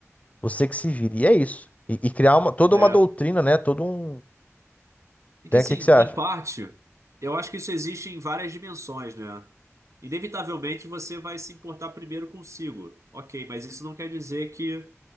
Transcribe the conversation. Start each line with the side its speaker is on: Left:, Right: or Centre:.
Left: você que se vire, e é isso. E, e criar uma, toda
Right: É.
Left: uma doutrina, né, todo um...
Right: E que,
Left: Né,
Right: assim,
Left: o que, que você acha?
Right: em parte, eu acho que isso existe em várias dimensões, né? Inevitavelmente você vai se importar primeiro consigo. Ok, mas isso não quer dizer que